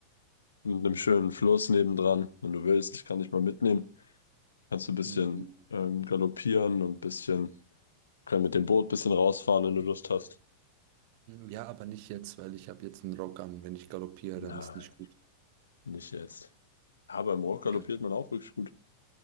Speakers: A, on the left; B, on the right.
A: mit einem schönen Fluss nebendran. Wenn du willst, ich kann dich mal mitnehmen. Kannst du ein bisschen
B: Mhm.
A: ähm, galoppieren und ein bisschen Können mit dem Boot ein bisschen rausfahren, wenn du Lust hast.
B: Ja, aber nicht jetzt, weil ich habe jetzt einen Rock an. Wenn ich galoppiere,
A: Nein.
B: dann ist nicht gut.
A: Nicht jetzt. Ja, beim Walk
B: Ja,
A: galoppiert man auch wirklich gut.